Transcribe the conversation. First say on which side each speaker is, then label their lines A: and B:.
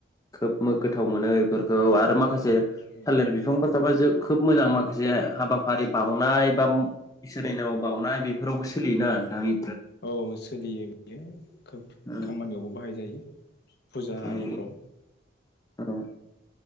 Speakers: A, on the left (about 20°); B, on the left (about 55°).
A: खोब गोथाव मोनो इफोरखौ आरो माखासे
B: औ
A: थालिर बिफां खोब मोजां माखासे हाबाफारि बावनाय बा इसोरनि नामआव बावनाय बेफोरावबो सोलियोना नोंथां इ
B: औ सोलियो बियो खोब
A: औ
B: खामानियावबो बाहाय जायो फुजा आरिफ्राव
A: औ औ